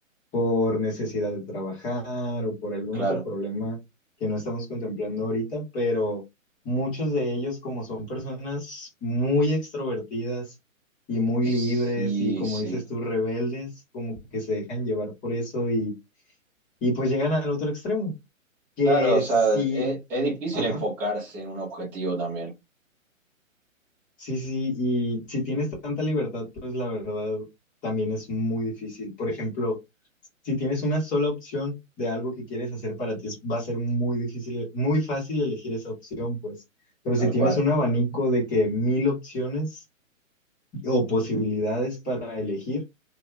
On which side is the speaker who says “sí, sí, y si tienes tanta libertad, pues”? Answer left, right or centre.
Left